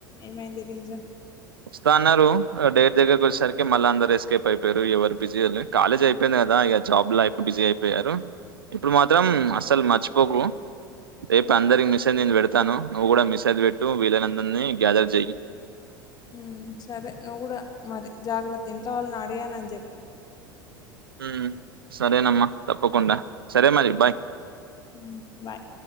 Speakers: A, on the left (about 35°); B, on the right (about 80°).
A: ఏమైంది రీజన్
B: వస్తా అన్నరు డేట్ దగ్గరకి ఒచ్చేసరికి మల్ల అందరు ఎస్కేప్ అయిపోయిర్రు ఎవరు బిజీ అల్లే కాలేజ్ అయిపోయింది కదా ఇగ జాబ్ లైఫ్ బిజీ అయిపోయారు ఇప్పుడు మాత్రం
A: ఉ
B: అసలు మర్చి పోకు రేపు అందరి మె సేజ్ నేను పెడతాను నువ్వు కూడ మెసేజ్ పెట్టు వీలైనందరిని గ్యాదర్ చెయ్
A: ఉమ్ సరే నువ్వు కూడ మరి జాగ్రత్త ఇంట్లో వాళ్ళని అడిగానని చెప్
B: ఉమ్ సరేనమ్మ తప్పకుండ సరే మరి బాయ్
A: ఉమ్ బాయ్